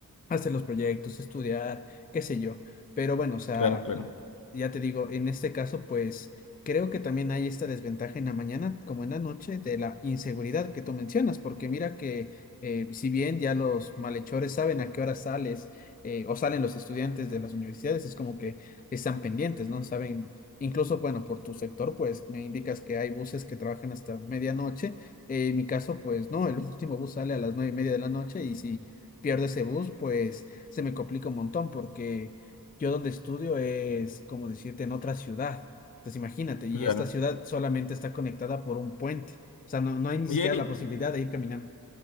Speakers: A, on the left; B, on the left.
A: hacer los proyectos, estudiar qué sé yo. Pero bueno, o sea,
B: claro, claro,
A: ya te digo, en este caso, pues creo que también hay esta desventaja en la mañana como en la noche de la inseguridad que tú mencionas, porque mira que eh, si bien ya los malhechores saben a qué hora sales eh, o salen los estudiantes de las universidades, es como que están pendientes, ¿no? Saben, incluso, bueno, por tu sector, pues me indicas que hay buses que trabajan hasta medianoche. eh, en mi caso, pues no, el último bus sale a las nueve y media de la noche y si pierdo ese bus, pues se me complica un montón porque yo donde estudio es, como decirte, en otra ciudad. Entonces imagínate, y
B: claro.
A: esta ciudad solamente está conectada por un puente. O sea, no, no hay ni
B: Oye,
A: siquiera
B: Eric.
A: la posibilidad de ir caminando.